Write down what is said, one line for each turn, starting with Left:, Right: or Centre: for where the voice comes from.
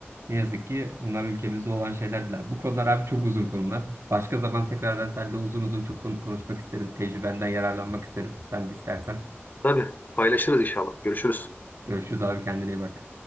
Right: ne yazık ki bunlar ülkemizde olan şeyler değil. Bu konular abi çok uzun konular. Başka zaman tekrardan seninle uzun uzun çok konu konuşmak isterim. Tecrübenden yararlanmak isterim. Sen de istersen.
Left: Tabii, paylaşırız inşallah. Görüşürüz.
Right: Görüşürüz abi kendine iyi bak.